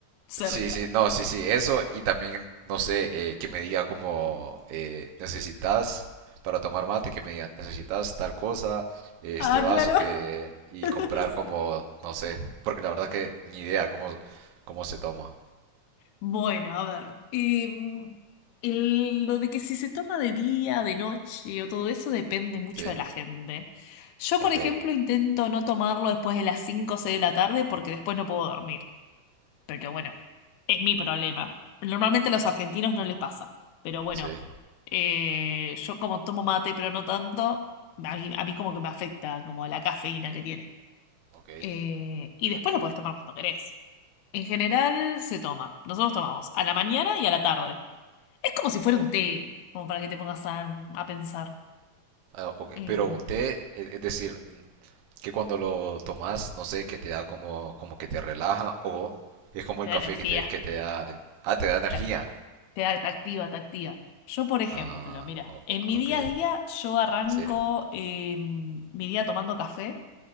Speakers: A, on the left; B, on the right.
A: cerca.
B: Sí, sí, no, sí, sí, eso y también, no sé, eh, que me diga como eh, necesitas para tomar mate, que me diga necesitas tal cosa, eh, este
A: ah,
B: vaso
A: claro.
B: que y
A: <laughs>
B: comprar como, no sé, porque la verdad que ni idea cómo, cómo se toma.
A: Bueno, a ver, em, el- lo de que si se toma de día, de noche o todo eso depende mucho
B: Sí,
A: de la gente. Yo,
B: ok,
A: por ejemplo, intento no tomarlo después de las 5 o 6 de la tarde porque después no puedo dormir. Pero bueno, es mi problema. Normalmente a los argentinos no les pasa. Pero bueno,
B: sí,
A: eh, yo como tomo mate, pero no tanto, a mí, a mí como que me afecta, como la cafeína que tiene.
B: ok.
A: Eh, y después lo podés tomar cuando querés. En general se toma. Nosotros tomamos a la mañana y a la tarde. Es como si fuera
B: O-
A: un té, como para que te pongas a, a pensar.
B: ah, ok,
A: Eh,
B: Pero un té, e- es decir, que cuando lo tomas, no sé, que te da como, como que te relaja o es como
A: te
B: el
A: da
B: café
A: energía,
B: que te, que te da, ah, te da energía.
A: te, te da, te activa, te activa. Yo, por ejemplo,
B: Ah,
A: mira,
B: o-
A: en mi día
B: ok.
A: a día yo arranco
B: Sí,
A: eh, mi día tomando café